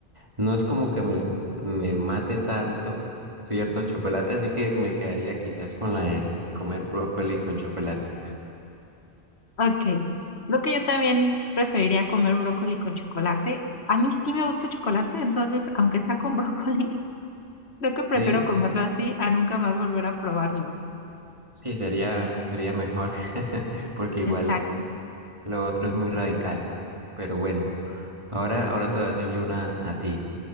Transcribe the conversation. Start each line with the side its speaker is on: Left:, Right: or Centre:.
Right: no es como que me, me mate tanto ciertos chocolates, así que me quedaría quizás con la de comer brócoli con chocolate.
Left: Ok, lo que yo también preferiría comer brócoli con chocolate. A mí sí me gusta el chocolate, entonces, aunque sea con <laughs> brócoli, creo que prefiero
Right: Sí,
Left: comerlo así a nunca más volver a probarlo.
Right: sí, sería, sería mejor, <laughs> porque igual
Left: Exacto.
Right: lo otro es muy radical. Pero bueno, ahora, ahora te voy a hacer yo una a ti.